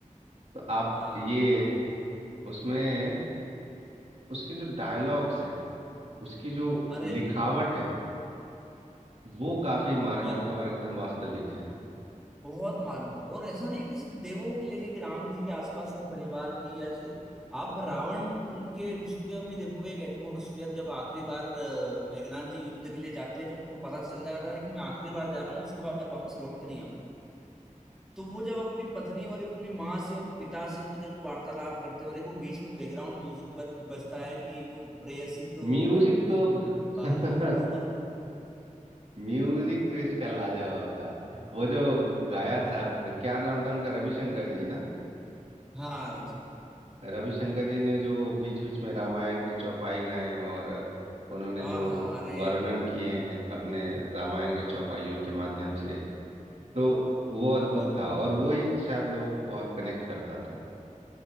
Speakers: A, on the right; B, in the centre.
A: तो आप
B: हाँ
A: ये उसमें उसके जो डायलॉग्स हैं उसकी जो
B: अरे
A: लिखावट है वो काफी मार्मिक
B: बहुत
A: है
B: बहुत
A: और एकदम वास्तविक है
B: बहुत मार्मिक और ऐसा नहीं कि सिर्फ देवों की लेके कि राम जी के आसपास के परिवार की या से- आप रावण के उसका भी देखोगे एक एटमोस्फियर जब आखिरी बार अ, मेघनाथ जी युद्ध के लिए जाते हैं जब उनको पता चल जाता है कि मैं आखिरी बार जा रहा हूँ इसके बाद वापस लौट के नहीं आऊंगा तो वो जब अपनी पत्नी और अपनी माँ से और पिता से वो जब वार्तालाप करते हैं और एक वो बीच में बैकग्राउंड म्यूजिक बज, बजता है कि वो प्रेयसी दो
A: म्यूजिक
B: अंतिम
A: तो
B: बार
A: <laughs>
B: विदा
A: म्यूजिक
B: वो वाला
A: तो इसका लाजवाब था वो जो गाया
B: बहुत
A: था क्या नाम था उनका रविशंकर जी ना
B: हाँ रविशंकर जी
A: रविशंकर जी ने जो बीच बीच में रामायण के चौपाई गाए और उन्होंने
B: हाँ
A: जो
B: हाँ हाँ अरे
A: वर्णन किए हैं अपने रामायण के चौपाइयों के माध्यम से तो वो अद्भुत
B: बहुत
A: था
B: बहुत
A: और वो ही शायद लोगों को बहुत कनेक्ट करता था